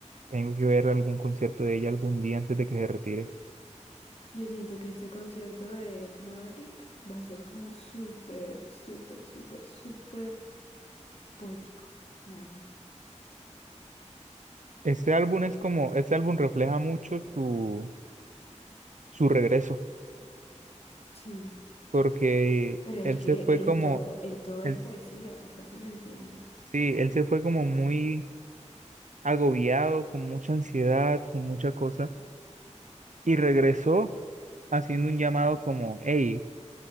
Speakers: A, on the right; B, on the left.
A: tengo que ver algún concierto de ella algún día antes de que se retire.
B: Yo siento que este concierto de Ed Maverick va a ser como súper, súper, súper, súper poético, la verdad.
A: Este álbum es como, este álbum refleja mucho su, su regreso,
B: Sí,
A: porque
B: pero es
A: él
B: que
A: se fue
B: el
A: como,
B: todo, el todo
A: él,
B: es poesía, o sea, si me entiendes.
A: sí, él se fue como muy agobiado, con mucha ansiedad, con mucha cosa, y regresó haciendo un llamado como, hey,